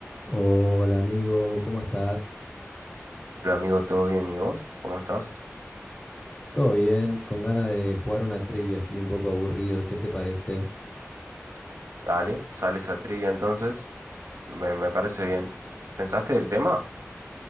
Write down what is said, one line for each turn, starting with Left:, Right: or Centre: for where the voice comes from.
Left: Hola amigo, ¿cómo estás?
Right: Hola amigo, ¿todo bien? ¿Y vos? ¿Cómo estás?
Left: ¿Todo bien? Con ganas de jugar una trivia, estoy un poco aburrido, ¿qué te parece?
Right: Dale, sales a trivia entonces. Me, me parece bien. ¿Pensaste del tema?